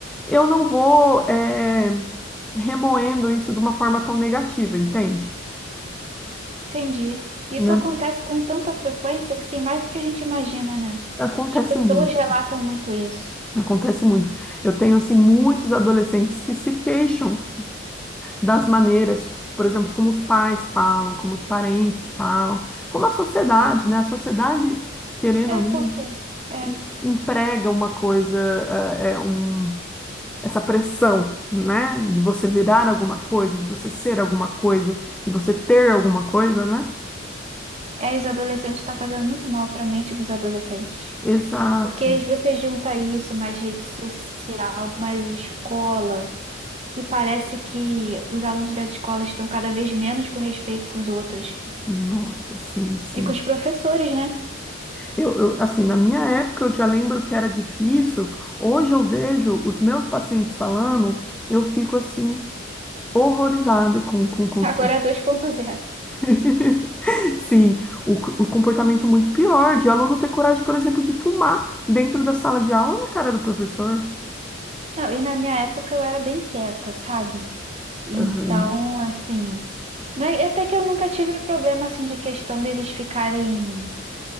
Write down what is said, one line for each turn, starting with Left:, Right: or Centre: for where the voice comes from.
Centre: Eu não vou eh, remoendo isso de uma forma tão negativa, entende?
Right: Entendi. Isso
Centre: Né?
Right: acontece com tanta frequência, assim, mais do que a gente imagina, né?
Centre: Acontece
Right: As pessoas
Centre: muito.
Right: relatam muito isso.
Centre: Acontece muito. Eu tenho, assim, muitos adolescentes que se queixam das maneiras, por exemplo, como os pais falam, como os parentes falam, como a sociedade, né? A sociedade, querendo
Right: É,
Centre: ou não,
Right: por quê? É.
Centre: emprega uma coisa, eh, é um, essa pressão, né? De você virar alguma coisa, de você ser alguma coisa, de você ter alguma coisa, né?
Right: É, os adolescentes está fazendo muito mal para a mente dos adolescentes.
Centre: Exato.
Right: Porque aí você junta isso, mais rede social, mais escola, e parece que os alunos das escolas estão cada vez menos com respeito com os outros.
Centre: Nossa, sim, sim.
Right: E com os professores, né?
Centre: Eu, eu, assim, na minha época eu já lembro que era difícil. Hoje eu vejo os meus pacientes falando, eu fico assim, horrorizado com, com, com os.
Right: Agora
Centre: com-
Right: é dois ponto zero
Centre: <laughs> Sim, o, o comportamento muito pior de aluno ter coragem, por exemplo, de fumar dentro da sala de aula na cara do professor.
Right: Não, e na minha época eu era bem quieta, sabe? Então,
Centre: Aham,
Right: assim, não é- até que eu nunca tive problema assim de questão deles ficarem